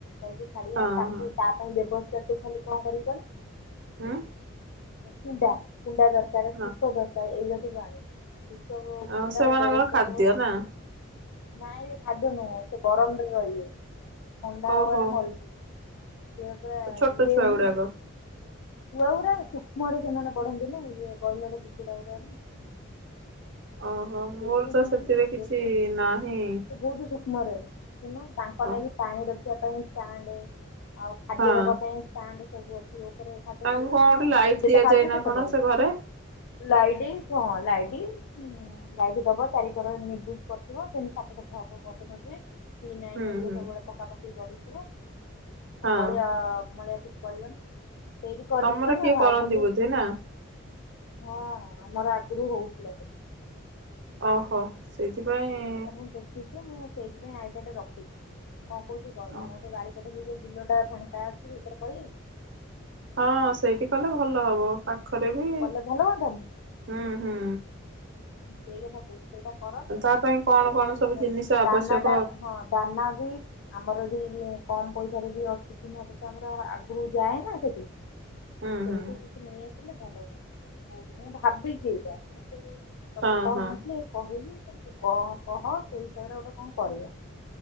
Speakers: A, on the left; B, on the right.
A: କରିକି ଛାଡିବା
B: ହଁ
A: ତାକୁ
B: ହଁ
A: ତା ପାଇଁ ବ୍ୟବସ୍ଥା ତୁ ଖାଲି କଣ କରିବୁ କହନି
B: ଉଁ।
A: କୁଣ୍ଡା କୁଣ୍ଡା ଦରକାର
B: ହଁ
A: ତୁଷ ଦରକାର ଏଇଗୁଡା ସବୁ ଆଣିବୁ। ତୁସ
B: ଆଉ
A: କୁଣ୍ଡା
B: ସେମାନଙ୍କର
A: ବେବସ୍ତା
B: ଖାଦ୍ୟ
A: ତୋର।
B: ନା
A: ନାଇଁ ରେ ଖାଦ୍ୟ ନୁହଁ ସେ ଗରମରେ ରହିବେ ଥଣ୍ଡା
B: ଓହୋ
A: ହାବାରେ ମରିଯିବେ। ସିଏ ପୁରା ଇଏ
B: ଛୋଟ ଛୁଆ ଗୁଡାକ
A: ନା। ଛୁଆଗୁରାନା ସୂକ୍ଷ୍ମରେ ସେମାନେ ବଢନ୍ତି ନା ଇଏ ବୈଲର କୁକୁଡା ଗୁଡ଼ା ନା
B: ଓହୋ। ମୋର
A: ଦେଶୀ
B: ତ
A: ନୁହଁ
B: ସେଥିରେ
A: ନା
B: କିଛି
A: ଦେଶୀ ନୁହଁ
B: ନାହିଁ
A: ସେ ବହୁତ ସୁଖ ସକ୍ଷ୍ମରେ ତାଙ୍କ
B: ଓ
A: ନାଗି ପାଣି ରଖିବା ପାଇଁ ଷ୍ଟାଣ୍ଡ ଆଉ ଖାଦ୍ୟ
B: ହଁ
A: ଦବା ପାଇଁ ଷ୍ଟାଣ୍ଡ ସବୁ ଅଛି ଉପରେ ଖାଦ୍ୟ
B: ତାଙ୍କୁ
A: ଢାଳିଦବୁ
B: କଣ ଗୋଟେ ଲାଇଟ୍
A: ଯେତେ
B: ଦିଆଯାଏ
A: ଖାଉଥିବେ
B: ନା
A: ସେତେ
B: କଣ
A: ବଢୁଥିବେ।
B: ସେ ଘରେ
A: ଲାଇତି ହଁ ଲାଇଡି। ଲାଇଡି ଦବ ଚାରିଖର ନିବୁଜ କରିୁଥିବ ସେମିତି ସାତସଠ ଭାବକୁ ପସନ୍ଦଥେ। ଫିନା ନାଇନ୍
B: ହୁଁ
A: ଘରିକା
B: ହୁଁ
A: ସବୁବେଳେ ପକାପକି କରୁଥିବ
B: ହଁ
A: ଅଳିଆ ମାନେ କିଛି କରିବନି। ସେଇଠ କରି
B: ତମର
A: ଦବା
B: କିଏ
A: ଭାବୁଚି।
B: କରନ୍ତି ବୋଧେ ନା
A: ହଁ ଆମର ଆଗରୁ ହଉଥିଲା ସେଟା।
B: ଓହୋ। ସେଇଥିପାଇଁ
A: ସେଇଟା ମୁଁ ଦେଖିଛି ମୁଁ ସେଇଥିପାଇଁ ଆଇଡିଆ ଟା ରଖିଛି କଣ କହୁଛିୁ କହ
B: ହଁ
A: ତମ ସେ ବାଡି ପଟେ ଯୋଉ ବିଲ ଟା ଫାଙ୍କା ଅଛି ସେଇଥିରେ କରିବା କି?
B: ହଁ ସେଇଠି କଲେ ଭଲ ହବ ପାଖରେ ବି
A: କଲେ ଭଲ ହୁଅନ୍ତାନି
B: ହୁଁ ହୁଁ।
A: ସେଇ କଥା କହୁଛି ସେଇଟା କରନ୍ତେ
B: ତା ପାଇଁ କଣ
A: ଆଉ
B: କଣ
A: ସେ କୁକୁଡା
B: ସବୁ ଜିନିଷ ଆବଶ୍ୟକ
A: ଦାନା ଟା ହଁ ଦାନା ବି ଆମର ଏଠି କମ ପଇସାରେ ବି ଅଛି। ଚିହ୍ନା ପରିଚ ଆମର ଆଗରୁ ଯାଏ ନା ସେଠି।
B: ହୁଁ
A: ସେଇଠୁ
B: ହୁଁ।
A: କିଛି ନେଇ ଆସିଲେ ଭଲ ହୁଅନ୍ତା ମୁଁ ଭାବିଛି ଏଇଟା ମୁ ତତେ
B: ହଁ
A: କହିନଥିଲେ
B: ହଁ
A: ଏ କହିଲି କିନ୍ତୁ କଣ କହ ସେଇ ହିସାବରେ ଗୋଟେ କଣ କରିବା।